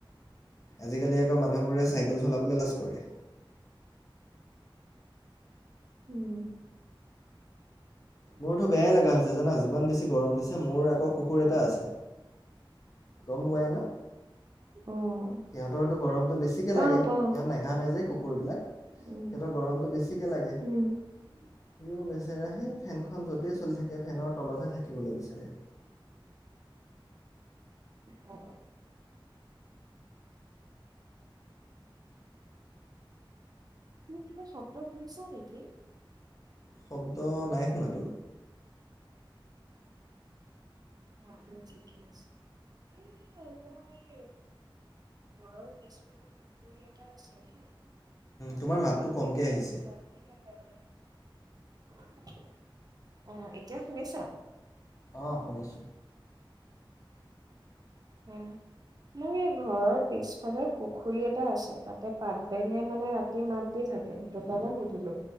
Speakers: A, on the left (about 40°); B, on the right (about 45°).
A: আজিকালি আকৌ মানুহবোৰে চাইকেল চলাবলৈ লাজ কৰে
B: উম
A: মোৰতো বেয়াই লগা হৈছে জানা যিমান বেছি গৰম দিছে মোৰ আকৌ কুকুৰ এটা আছে গম পোৱাই ন?
B: অ'
A: সিহঁতৰতো গৰমটো বেছিকে
B: পাওঁ
A: লাগে,
B: পাওঁ
A: সিহঁত নেঘামে যে। কুকুৰবিলাক সিহঁতৰ
B: উম
A: গৰমটো বেছিকে লাগে। সিও
B: উম।
A: বেচেৰা সেই ফেনখন যতেই চলি থাকে, ফেনৰ তলতহে থাকিবলৈ বিচাৰে।
B: অ তুমি কিবা শব্দ শুনিচা নেকি
A: শব্দ নাই শুনাতো।
B: অ আপুনি ঠিকে আছে। এ মোৰ এই ঘৰৰ পিছফালে পুখুৰী এটা আছে হাঁ তাতে
A: তোমাৰ মাতটো
B: পাতবেঙে
A: কমকৈ আহিছে
B: ৰাতি <unintelligible> অহ এতিয়া শুনিছা
A: অ শুনিছো
B: উম, মোৰ এই ঘৰৰ পিছফালে পুখুৰী এটা আছে, তাতে পাত বেঙে মানে ৰাতি মাত তি থাকে, সেইটো কাৰণে সুধিলো।